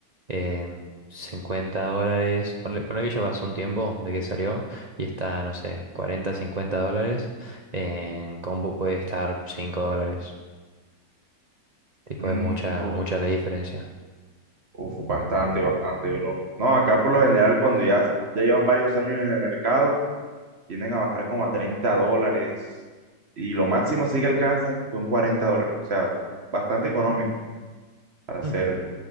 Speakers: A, on the right; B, on the right.
A: en 50 dólares. Ponle, ponle que ya pasó un tiempo de que salió y está, no sé, 40 50 dólares. En combo puede estar 5 dólares. Tipo,
B: Mm,
A: es mucha,
B: uf,
A: mucha la diferencia.
B: uf, bastante, bastante, bro. No, acá por lo general, cuando ya, ya llevan varios años en el mercado, tienden a bajar como a 30 dólares. Y lo máximo sí que alcanzan son 40 dólares. O sea, bastante económico para hacer
A: Mm,